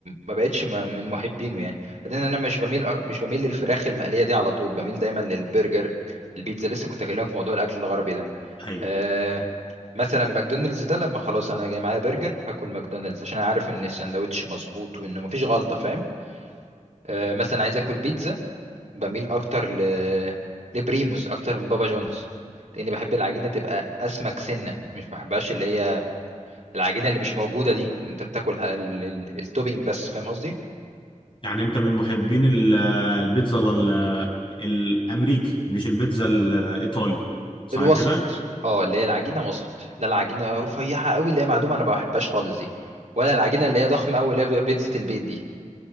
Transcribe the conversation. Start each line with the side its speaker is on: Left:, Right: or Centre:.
Right: ما بقتش م- من محبينه يعني بعدين انا مش بميل مش بميل للفراخ المقليه دي على طول بميل دايما للبرجر البيتزا لسه كنت اكلمك في موضوع الاكل الغربي ده
Left: ايوه
Right: أه مثلا ماكدونالدز ده لما خلاص انا جاي معايا برجر هاكل ماكدونالدز عشان انا عارف ان الساندوتش مظبوط وانه مفيش غلطه فاهم آه، مثلا عايز اكل بيتزا بميل اكتر ل... لبريموز اكتر من بابا جونز لاني بحب العجينه تبقى اسمك سنه مش بحبهاش اللي هي العجينه اللي مش موجوده دي إن انت بتاكل ه- ال... ال... التوبينج بس فاهم قصدي
Left: يعني انت من محبين ال- البيتزا ال- الامريكي مش البيتزا الايطالي صح
Right: الوسط
Left: كده
Right: اه اللي هي العجينه وسط لا العجينه رفيعه قوي اللي هي معدومه انا ما بحبهاش خالص دي ولا العجينه اللي هي ضخمه قوي اللي هي بتبقى بيتزا البيت دي